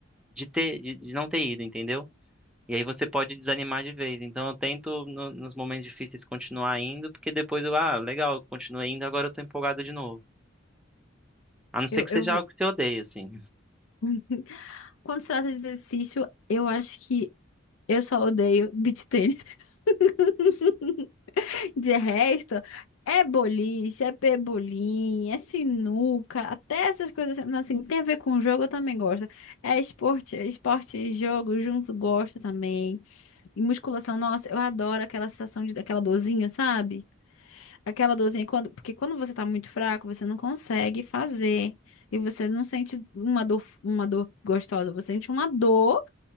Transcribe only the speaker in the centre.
de ter de, de não ter ido, entendeu? E aí você pode desanimar de vez. Então eu tento no- nos momentos difíceis continuar indo, porque depois eu, ah, legal, eu continuei indo, agora eu tô empolgado de novo. A não ser
que
seja algo que você odeia, assim.